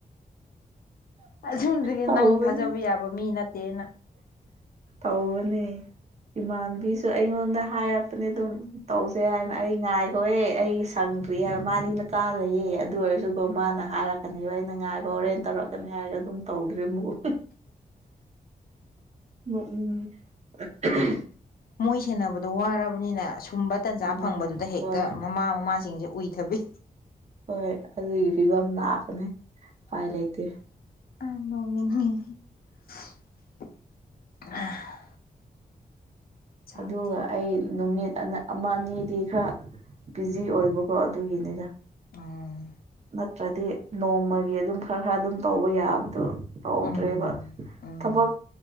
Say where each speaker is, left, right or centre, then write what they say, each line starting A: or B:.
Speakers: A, on the left (about 75°); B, on the right (about 45°).
A: ꯑꯁꯨꯝꯕꯗꯨꯒꯤ
B: ꯇꯧꯕꯅꯦ
A: ꯅꯪ ꯊꯥꯖꯕ ꯌꯥꯕ ꯃꯤ ꯅꯠꯇꯦꯅ
B: ꯇꯧꯅꯦ ꯏꯃꯥꯟꯕꯤ ꯁꯨ ꯑꯩꯉꯣꯟꯗ ꯍꯥꯏꯔꯛꯄꯅꯦ ꯑꯗꯨꯝ ꯇꯧꯁꯦ ꯍꯥꯏꯅ ꯑꯩ ꯉꯥꯏ ꯍꯣꯏꯍꯦ ꯑꯩ ꯁꯪꯗ꯭ꯔꯤꯕ ꯃꯥꯗꯤ ꯃꯆꯥ ꯂꯩꯌꯦ ꯑꯗꯨ ꯑꯣꯏꯔꯁꯨꯀꯣ ꯃꯥꯅ ꯍꯥꯏꯔꯛꯀꯅꯦꯕ ꯑꯩꯅ ꯉꯥꯏꯈ ꯍꯣꯔꯦꯟ
A: ꯎꯝ
B: ꯇꯧꯔꯛꯀꯅꯤ ꯍꯥꯏꯔꯒ ꯑꯗꯨꯝ ꯇꯧꯗ꯭ꯔꯤ ꯑꯃꯨꯛ ꯎꯝ ꯎꯝ
A: ꯃꯣꯏ ꯁꯦꯟꯅꯕꯗꯣ ꯋꯥꯔꯕꯅꯤꯅ ꯑꯁꯨꯝꯕ ꯇꯟꯖꯥ
B: ꯎꯝ
A: ꯐꯪꯕꯗꯨꯗ ꯍꯦꯛꯇ
B: ꯍꯣꯏ
A: ꯃꯃꯥ ꯃꯃꯥꯁꯤꯡꯁꯦ ꯎꯏꯊꯕꯤ
B: ꯍꯣꯏ ꯑꯗꯨꯒꯤ ꯐꯤꯕꯝ ꯂꯥꯛꯄꯅꯦ ꯎꯄꯥꯏ ꯂꯩꯇꯦ
A: <unintelligible> ꯆꯥꯛꯇꯤ
B: ꯑꯗꯨꯒ ꯑꯩ ꯅꯨꯃꯤꯠ ꯑ ꯑꯃ ꯑꯅꯤꯗꯤ ꯈꯔ ꯕꯤꯖꯤ ꯑꯣꯏꯕꯀꯣ ꯑꯗꯨꯒꯤꯅꯤꯗ
A: ꯎꯝ
B: ꯅꯠꯇ꯭ꯔꯗꯤ ꯅꯣꯡꯃꯒꯤ ꯑꯗꯨꯝ ꯈꯔ ꯈꯔ ꯑꯗꯨꯝ ꯇꯧꯕ ꯌꯥꯕꯗꯣ ꯇꯧꯗ꯭ꯔꯦꯕ
A: ꯎꯝ ꯎꯝ
B: ꯊꯕꯛ